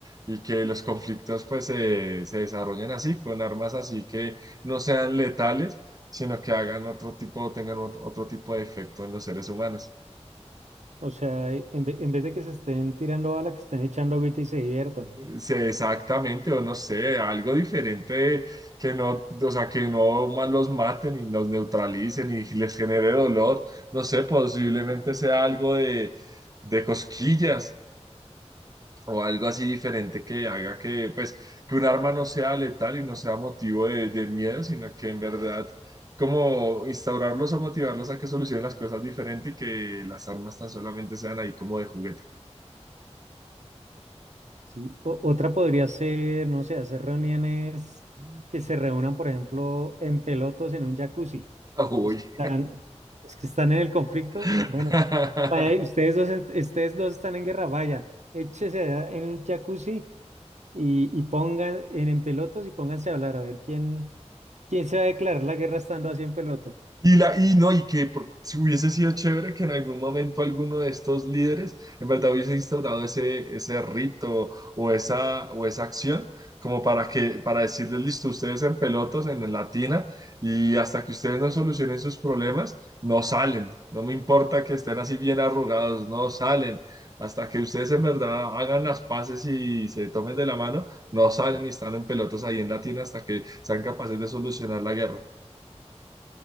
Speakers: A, on the right; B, on the right.
A: y que los conflictos pues se se desarrollen así, con armas así que no sean letales, sino que hagan otro tipo, tengan otro, otro tipo de efecto en los seres humanos.
B: O sea, e- en, ve- en vez de que se estén tirando bala, que se estén echando agüita y se diviertan.
A: Sí, exactamente, o no sé, algo diferente que no, o sea, que no más los maten y los neutralicen y les genere dolor, no sé, posiblemente sea algo de, de cosquillas o algo así diferente que haga que, pues, que un arma no sea letal y no sea motivo de, de miedo, sino que en verdad, como instaurarlos o motivarlos a que solucionen las cosas diferente y que las armas tan solamente sean ahí como de juguete.
B: ¿sí? O- otra podría ser, no sé, hacer reuniones
A: <laughs>
B: que se reúnan, por ejemplo, en pelotos en un jacuzzi.
A: Uy.
B: Los que están, los que están en el conflicto,
A: <laughs>
B: bueno, vaya, ustedes dos, en- ustedes dos están en guerra, vaya, échese allá en un jacuzzi y, y pongan en, en pelotos y pónganse a hablar a ver quién, quién se va a declarar la guerra estando así en peloto.
A: Y, la, y no, y que por- si hubiese sido chévere que en algún momento alguno de estos líderes en verdad hubiese instaurado ese, ese rito o esa, o esa acción como para que, para decirles, listo, ustedes en pelotos, en la tina, y hasta que ustedes no solucionen sus problemas, no salen. No me importa que estén así bien arrugados, no salen. Hasta que ustedes en verdad hagan las paces y se tomen de la mano, no salen y están en pelotos ahí en la tina hasta que sean capaces de solucionar la guerra.